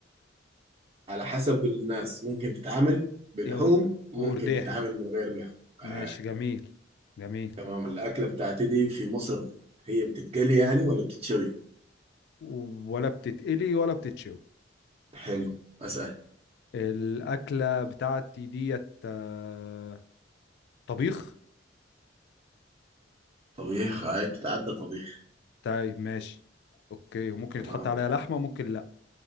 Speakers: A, on the right; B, on the left.
A: على حسب الناس ممكن تتعامل بلحوم
B: يا أرد...
A: ممكن
B: وأرداحي
A: تتعامل من غير لحوم
B: ماشي
A: آه،
B: جميل جميل
A: تمام الأكلة بتاعتي دي في مصر هي بتتقلي يعني ولا بتتشوي؟
B: و- ولا بتتقلي ولا بتتشوي
A: حلو أسأل
B: الأكلة بتاعتي ديت آه، طبيخ
A: طبيخ هاي بتتعدى طبيخ
B: طيب ماشي أوكي وممكن
A: تمام
B: يتحط عليها لحمة ممكن لأ